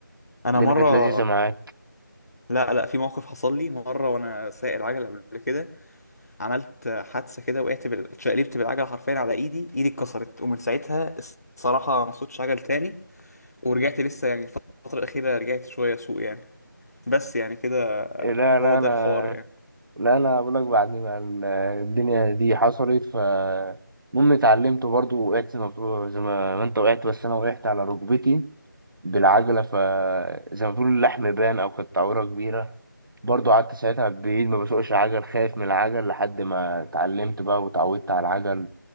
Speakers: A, on the left; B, on the right.
A: انا
B: الدنيا
A: مره
B: كانت لذيذة معاك
A: لا لا في موقف حصل لي مره وانا سايق العجله قبل كده عملت حادثه كده وقعت بال... اتشقلبت بالعجله حرفيا على ايدي ايدي اتكسرت ومن ساعتها الصراحه ما صوتش عجل تاني ورجعت لسه يعني الفترة الأخيرة رجعت شوية سوق يعني بس يعني كده آه،
B: إيه، لا لا
A: هو ده
B: انا
A: الحوار يعني
B: لا انا بقول لك بعد ما ال- الدنيا دي حصلت ف المهم اتعلمت برضه وقعت زي ما بتقول- زي ما ما انت وقعت بس انا وقعت على ركبتي بالعجلة فزي ما بيقولوا اللحم بان أو كانت تعويرة كبيرة برضو قعدت ساعتها بعيد ما بسوقش عجل خايف من العجل لحد ما اتعلمت بقى وتعودت على العجل